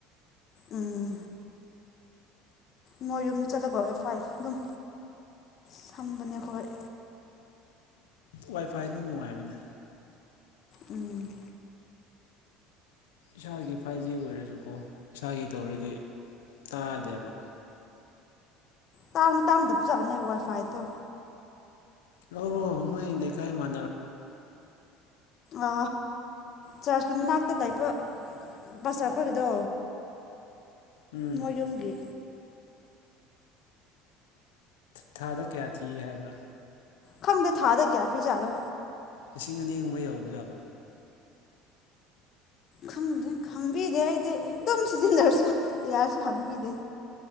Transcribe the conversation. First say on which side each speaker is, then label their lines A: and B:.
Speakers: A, on the left (about 50°); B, on the left (about 85°).
A: ꯎꯝ ꯃꯣꯏ ꯌꯨꯝꯗ ꯆꯠꯂꯀꯣ ꯑꯦꯐ ꯑꯥꯏ ꯑꯗꯨꯝ ꯁꯝꯕꯅꯦ ꯑꯩꯣꯏ
B: ꯋꯥꯏꯐꯥꯏꯅ ꯅꯨꯡꯉꯥꯏꯕꯅꯦ
A: ꯎꯝ
B: ꯏꯁꯥꯒꯤ ꯐꯥꯏꯚ ꯖꯤ ꯑꯣꯏꯔꯁꯨꯀꯣ ꯏꯁꯥꯒꯤ ꯇꯧꯔꯗꯤ ꯇꯥꯗꯦꯕ
A: ꯇꯅꯤ ꯇꯥꯡꯗ ꯄꯨꯖꯥꯅꯦ ꯋꯥꯏ ꯐꯥꯏꯇ
B: ꯂꯧꯔꯣ ꯅꯣꯏ ꯑꯗꯀꯥꯏ ꯃꯥꯟꯅꯔ
A: ꯑ ꯆꯥꯔꯖꯀꯤ ꯃꯅꯥꯛꯇ ꯂꯩꯄ ꯕꯁꯔ ꯑꯩꯈꯣꯏꯒꯤꯗꯣ
B: ꯎꯝ
A: ꯃ ꯌꯨꯝꯒꯤ
B: ꯊꯥꯗ ꯀꯌꯥ ꯊꯤꯌꯦ ꯍꯥꯏꯕ꯭ꯔꯥ
A: ꯈꯪꯗ ꯊꯥꯗꯒꯌꯥ ꯄꯤ ꯌꯥꯗꯣ
B: ꯂꯤꯁꯤꯡ ꯑꯅꯤꯒꯨꯝꯕ ꯌꯎꯕ ꯖꯥꯠꯂꯥ
A: ꯈꯗꯦ ꯈꯪꯕꯤꯗꯦ ꯑꯩꯗꯤ ꯑꯗꯨꯝ ꯁꯤꯖꯤꯟꯅꯔꯁꯨ ꯌꯥ ꯌꯥꯔꯁꯨ ꯈꯪꯕꯤꯗꯦ